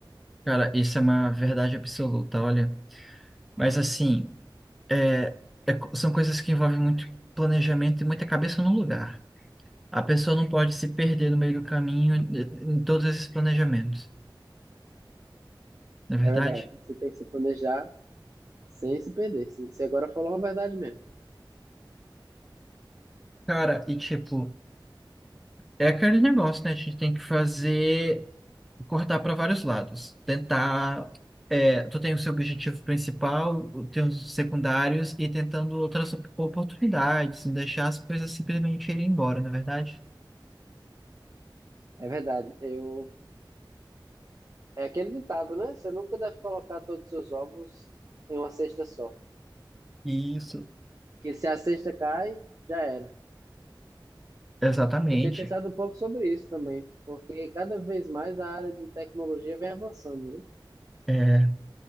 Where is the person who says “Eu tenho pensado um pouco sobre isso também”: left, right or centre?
Right